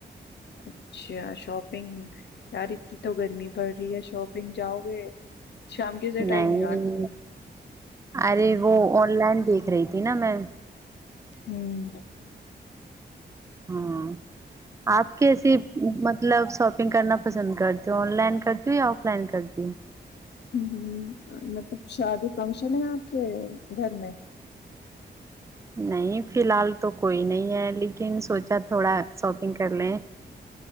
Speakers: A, on the left; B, on the right.
A: اچھا شاپنگ یاری تو گرمی پڑ رہی ہے شوپ پگ جاؤ گے شام کے سے
B: نہیں
A: ٹائم جانا پڑے۔
B: ارے وہ آن لائن دیک رہی تھی نا میں
A: ہوں
B: ہاں آپ کیسے مط مطلب شاپنگ کرنا پسند کرتی ہوں آن لائن کرتی ہوں یا آف لائن کرتی ہوں
A: ہ ہ مطلب شادی فنکشن ہے آپ کے گھر میں
B: نہیں فی الحال تو کوئی نہیں ہے لن ن سوچا تھوڑا شاپنگ کرنے